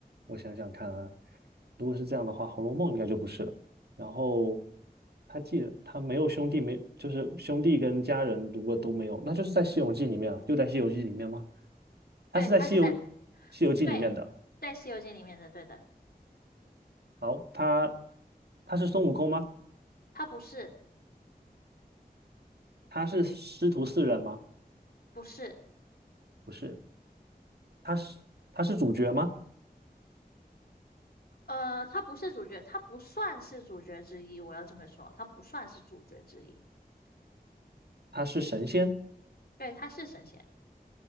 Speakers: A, on the right; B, on the left.
A: 我想想看啊，如果是这样的话，《红楼梦》应该就不是了。然后他既然他没有兄弟，没就是兄弟跟家人如果都没有，那就是在《西游记》里面啊，又在《西游记》里面吗？他是在《西游
B: 对，他是在，
A: 西游记》里面的。
B: 对，在《西游记》里面的，对的，
A: 好，他他是孙悟空吗？
B: 他不是，
A: 他是师徒四人吗？
B: 不是，
A: 不是，他是他是主角吗？
B: 呃，他不是主角，他不算是主角之一，我要这么说，他不算是主角之一。
A: 他是神仙，
B: 对，他是神仙，